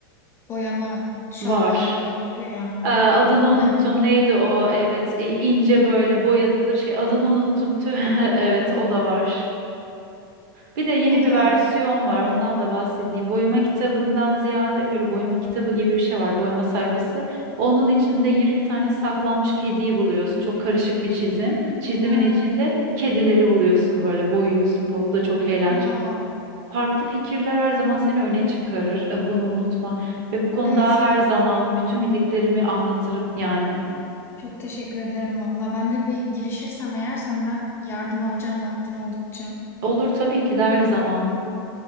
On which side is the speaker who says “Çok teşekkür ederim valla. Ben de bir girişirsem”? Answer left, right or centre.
Left